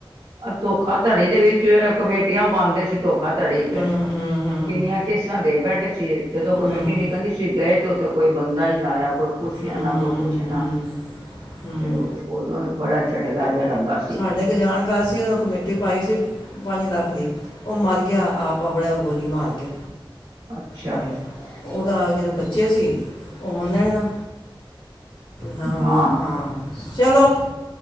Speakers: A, on the right; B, on the left.
A: ਧੋਖਾਤੜੀ ਦੇ ਵਿੱਚ ਕਮੇਟੀਆਂ ਪਾਂਦੇ ਸੀ। ਧੋਖਾਤੜੀ ਚ
B: ਹੂੰ ਹੂੰ ਹੂੰ
A: ਕਿੰਨੀਆਂ ਕਿਸਤਾਂ ਦੇ ਬੈਠੇ ਸੀ। ਜਦੋਂ
B: ਹੂੰ
A: ਕਮੇਟੀ ਨਿਕਲਦੀ ਸੀ ਗਏ, ਤੇ ਉੱਥੇ ਕੋਈ ਬੰਦਾ ਹੀ ਨਾ ਆਇਆ ਕੋਈ ਕੁਰਸੀਆਂ
B: ਹੂੰ ਹੂੰ
A: ਨਾ ਕੋਈ ਪੁੱਛਨਾ,
B: ਹੂੰ ਹੂੰ
A: ਤੇ ਉਦੋਂ ਬੜਾ ਝਟਕਾ ਜਿਹਾ ਲਗਾ ਸ।
B: ਸਾਡਾ ਇਕ ਜਾਣਕਾਰ ਸੀ, ਉ ਕਮੇਟੀ ਪਾਈ ਸੀ। ਪੰਜ ਲੱਖ ਦੀ ਉਹ ਮਰ ਗਿਆ, ਆਪ ਆਪਣੇ ਗੋਲੀ ਮਾਰ ਕੇ
A: ਅੱਛਾ
B: ਤੇ, ਉਹਦਾ ਜਿਹੜੇ ਬੱਚੇ ਸੀ ਉਹ ਮੰਨਣ ਹੀ ਨਾ। ਹਾਂ-ਹਾਂ
A: ਹਾਂ
B: ਚਲੋ,